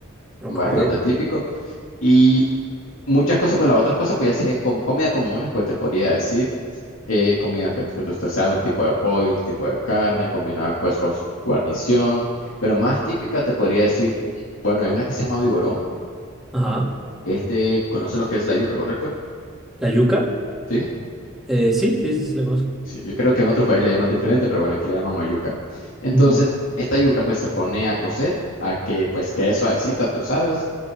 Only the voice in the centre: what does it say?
Ok.
Ajá.
¿La yuca?
Eh, sí, sí, sí, sí, la conozco.
Ujú.